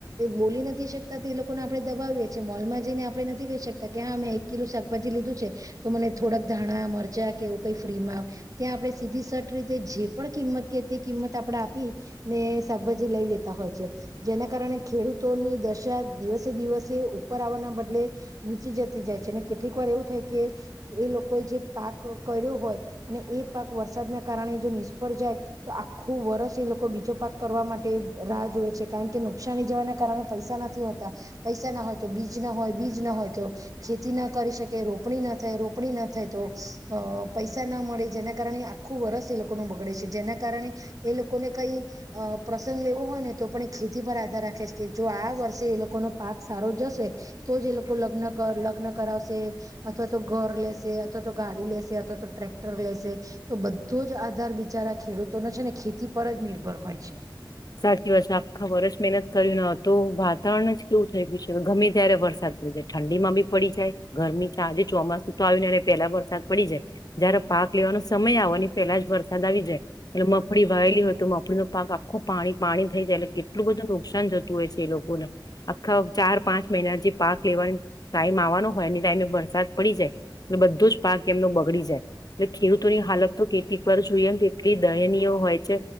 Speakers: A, on the right; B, on the left.
A: બોલી નથી શકતા તે લોકોને આપણે દબાવીએ છીએ મોલમાં જઈને આપણે નથી કહી શકતા. તો કે હા મેં એક કિલો શાકભાજી લીધું છે તો મને થોડાક ધાણા મરચાં કે એવું કઈ ફ્રીમાં ત્યાં આપણે સીધી સટ રીતે જે પણ કિંમત કે તે કિંમત આપણેે આપી ને શાકભાજી લઈ લેતા હોય છે જેના કારણે ખેડૂતોની દશા દિવસે દિવસે ઉપર આવવાના બદલે. નીચી જતી જાય છે અને કેટલીક વાર એવું થાય કે એ લોકોએ જે પાક કર્યો હોય અને એ પાક વરસાદના કારણે જો નિષ્ફળ જાય તો આખું વરષ એ લોકો બીજો પાક કરવા માટે રાહ જોવે છે કારણ કે નુકસાની જવાના કારણે પૈસા નથી હોતા પૈસા ના હોય તો બીજ ના હોય બીજ ના હોય. ખેતી ના કરી શકે રોપણી ના થાય રોપણી ના થાય તો અ પૈસા ના મળે જેના કારણે આખું વર્ષ એ લોકો ન બગડે છે જેના કારણે એ લોકોને કઈ અ પ્રસંગ લેવો હોય ને તો પણ એ ખેતી પર આધાર રાખે છે કે જો આ વર્ષે એ લોકોનો પાક સારો જશે તો જ એ લોકો લગ્ન. કર લગ્ન કરાવશે અથવા તો ઘર લેશે અથવા તો ગાડી લેશે અથવા તો ટ્રેક્ટર લેશે તો બધો જ આધાર બિચારા ખેડૂતોનો છે ને ખેતી પર જ નિર્ભર હોય છે.
B: સાચી વાત છે આખા વર્ષ મહેનત કર્યું ન તો વાતાવરણ જ કેવું થઈ ગયું છે ગમે ત્યારે વરસાદ પડી જાય ઠંડીમાં બી પડી જાય ગરમી છે આજે ચોમાસું તો આવ્યું ને એ પેલા વરસાદ પડી જાય જયારે પાક લેવાનો સમય આવ ને પેલા જ વરસાદ આવી જાય એટલે મગફળી વાયલી હોય તો મગફળીનો પાક. પાણી પાણી થઈ જાય એટલે કેટલું બધું નુકસાન થતું હોય છે એ લોકોને આખા ચાર પાંચ મહિના જે પાક લેવાનો ટાઈમ આવવાનો હોય એ ટાઈમે વરસાદ પડી જાય એટલે બધો જ પાક એમનો બગડી જાય એટલે ખેડૂતોની હાલત તો કેટલીક વાર જોઈએ એમ કેટલી દયનીય હોય છે